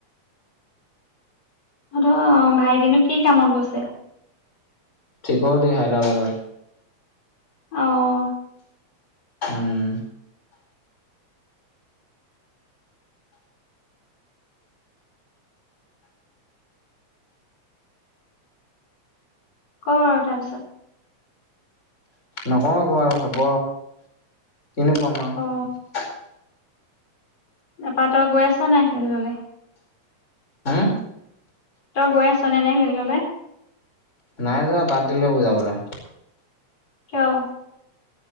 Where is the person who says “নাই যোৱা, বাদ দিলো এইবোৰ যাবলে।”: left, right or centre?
Left